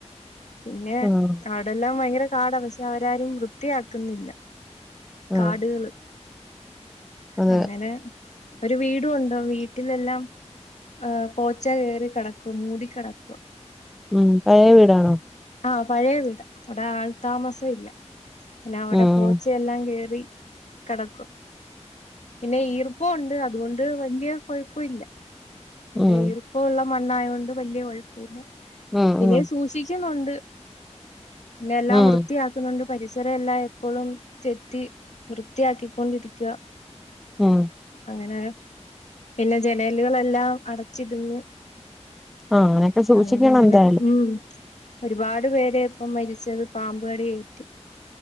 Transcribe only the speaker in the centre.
ആഹ്
ആഹ്
അതെ
ഉം പഴയ വീടാണോ
ഉം
ഉം
ഉം
ഉം
ഉം
ഉം
ആഹ് അങ്ങനൊക്കെ സൂക്ഷിക്കണം
എന്തായാലും